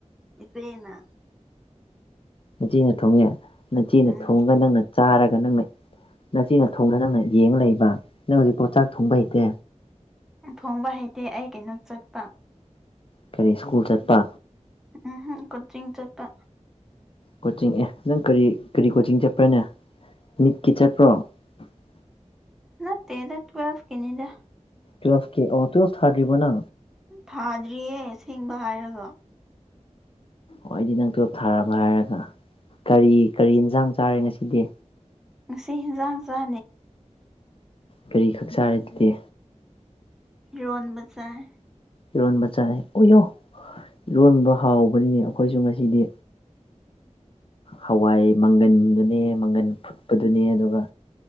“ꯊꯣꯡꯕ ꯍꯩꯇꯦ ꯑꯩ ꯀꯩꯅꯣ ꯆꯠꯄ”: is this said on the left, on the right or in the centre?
Centre